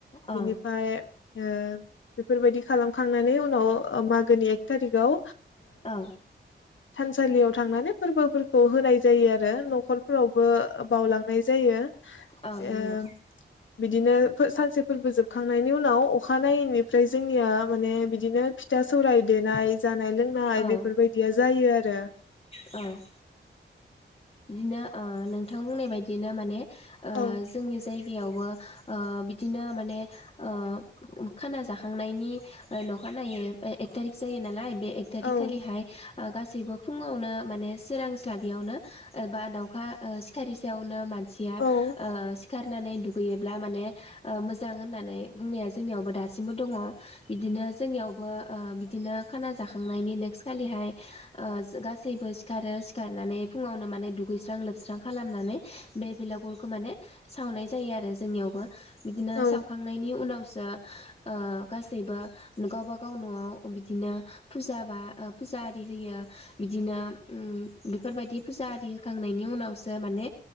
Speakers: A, on the left; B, on the left.
A: औ
B: बिनिफाय ओ बेफोरबायदि खालामखांनानै उनाव ओ मागोनि एक थारिकाव
A: ओ
B: थानसालियाव थांनानै फोरबोफोर खौ होनाय जायो आरो न'खरफोरावबो बावलांनाय जायो
A: औ नंगौ
B: ओ बिदिनो फो सानसे फोरबो जोबखांनायनि उनाव अखानायैनिफ्राय जोंनिया माने बिदिनो फि था सौराय देनाय जानाय लोंनाय
A: औ
B: बेफोरबायदिया जायो आरो
A: औ बिदिनो ओ नोंथां बुंनाय बायदियनो माने ओज
B: औ
A: जोंनि जायगायावबो ओ बिदिनो माने ओ खाना जाखांनायनि ओ न'खानायै ओ एक थारिक जायो नालाय बे एक थारिकखालिहाय
B: औ
A: ओ गासैबो फुङावनो माने सोरांस्लाबियावनो ओ बा दाउखा ओ सिखारि सायावनो मानसिया
B: औ
A: ओ सि खारनानै दुगैयोब्ला माने ओ मोजां होननानै बुंनाया जोंनियावबो दासिमबो दङ इदिनो जोंनियावबो ओ बि दिनो खाना जाखांनायनि नेक्स्ट खालिहाय ओ जो गासैबो सिखारो सिखारनानै फुङावनो माने दुगैस्रां लोबस्रां खालामनानै बे भेलागुरखौ माने सावनाय जायो आरो जोंनियावबो बिदिनो
B: औ
A: सावखांनायनि उनावसो ओ गासैबो गावबा गाव न'आव बिदिनो फुजा बा फुजा आरि होयो बिदिनो उम बेफोरबायदि फुजा आरि होखांनायनि उनावसो माने